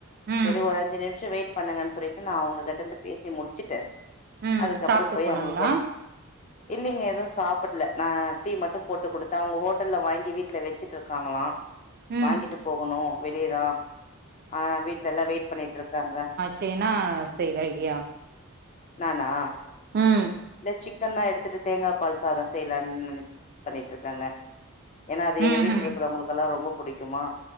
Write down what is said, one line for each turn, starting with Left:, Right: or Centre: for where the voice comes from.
Right: ம்
Left: சரி ஒரு அஞ்சி நிமிஷோ வெயிட் பண்ணுங்கன்னு சொல்லிட்டு நா அவுங்க கிட்ட இருந்து பேசி முடிச் சிட்டு
Right: ம்
Left: அதுக்கப்றோ
Right: சாப்ட்டு
Left: போய்
Right: போனாங்களா
Left: அவுங்களுக்கு ஒரு இல்லைங்க எதுவு சாப்பட்ல நா டீ மட்டோ போட்டு குடுத்த அவுங்க ஹோட்டல்ல வாங்கி வீட்ல வெச்சிட்டு இருக்காங்ளா
Right: ம்
Left: வாங்கிட்டு போகனோ வெளியதா ஆனா வீட்ல எல்லா வெயிட் பண்ணிட்ருக்காங்க
Right: சே என்னா செய்ற ஐடியா
Left: நானா
Right: ம்
Left: இந்த சிக்கன் தா எடுத்துட்டு தேங்காப் பால் சாத செய்லான் நெனச்சி பண்ணிட்ருக்கங்க ஏன்னா அது
Right: ம்ஹும்
Left: எங்க வீட்ல இருக்கிறவங்களுக்கல்லா ரொம்ப புடிக்குமா